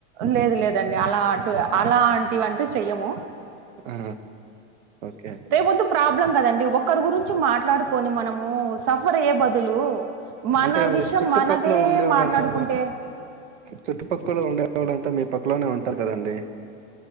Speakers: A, on the right; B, on the right.
A: లేదు లేదండి అలా అటుగా అలాంటివి అంటూ చెయ్యము.
B: ఆ ఓకే
A: రేపొద్దు ప్రాబ్లం కదండి ఒక్కరి గురించి మాట్లాడుకొని మనము సఫర్ అయ్యే బదులు మన
B: అంటే
A: విషయం
B: చుట్టుపక్కల
A: మనదే
B: ఉండేవాళ్ళంతా
A: మాట్లాడుకుంటే
B: చుట్టుపక్కల ఉండేవాళ్ళంతా మీ పక్కలోనే ఉంటారు కదండి.